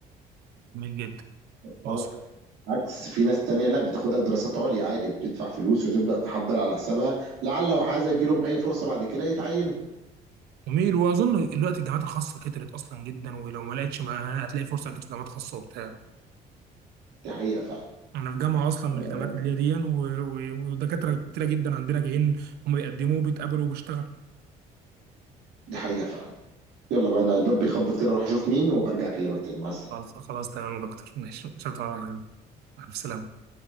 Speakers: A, on the right; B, on the right.
A: جميل جدا
B: بالك
A: واظن
B: عكس في ناس تانية لا بتاخدها دراسات عليا عادي بتدفع فلوس وتبدأ تحضر على حسابها لعل وحاذا يجي لهم أي فرصة بعد كده يتعينوا
A: جميل واظن دلوقتي الجامعات الخاصه كترت اصلا جدا ولو ما لقيتش ما هتلاقي فرصه اكيد في جامعات خاصه وبتاع
B: دي حقيقة فعلا
A: انا في جامعه اصلا من
B: آه،
A: الجامعات اللي هي دي يعني، و- و- ودكاتره كتيره جدا عندنا جايين هم بيقدموا وبيتقابلوا وبيشتغلوا
B: دي حقيقة فعلا يلا بقى أنا الباب بيخبط كده أروح أشوف مين وبرجع أكلمك تاني مع السلامة
A: خلاص خلاص تمام يا دكتور ماشي شكرا على السلامه